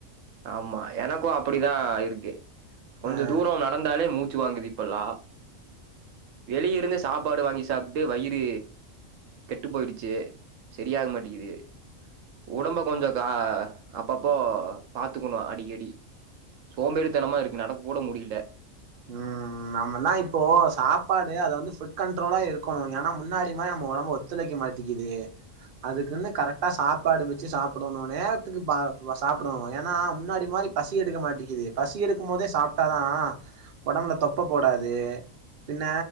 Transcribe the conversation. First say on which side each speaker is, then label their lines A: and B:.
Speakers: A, on the right (about 75°); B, on the right (about 50°).
A: ஆமா எனக்கு அப்புடிதா இருக்கு கொஞ்ச
B: ஆ
A: தூரொ நடந்தாலே மூ ச்சு வாங்குது இப்பல்லா வெளிய இருந்து சாப்பாடு வாங்கி சாப்ட்டு வயிறு கெட்டு போயிடுச்சு செரியாக மாட்டெக்குது ஒடம்ப கொஞ்சொ கா அப்பப்போ பாத்துக்கனு அடிக்கடி சோம்பேறித்தனமா இருக்கு நடக்க கூட முடில
B: ம் நாமன்னா இப்போ சாப்பாடு அத வந்து ஃபுட் கண்ட்ரோலா இருக்கனு ஏனா முன்னாடி மாரி நம்ம ஒடம்பு ஒத்துழைக்க மாட்டிக்கிது அதுக்குன்னு கரெக்டா சாப்பாடு வச்சு சாப்புடனு நேரத்துக்கு பா சாப்புடனு ஏனா முன்னாடி மாரி பசி எடுக்க மாட்டிக்குது பசி எடுக்கும் மோதே சாப்டாதா ஒடம்புல தொப்ப போடாது பின்ன